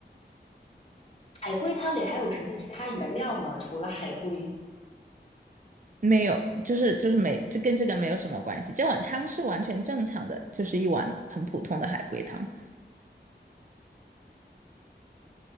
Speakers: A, on the left; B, on the right.
A: 海龟汤里还有什么其他原料吗？除了海龟，
B: 没有，就是就是没，这跟这个没有什么关系。这碗汤是完全正常的，就是一碗很普通的海龟汤。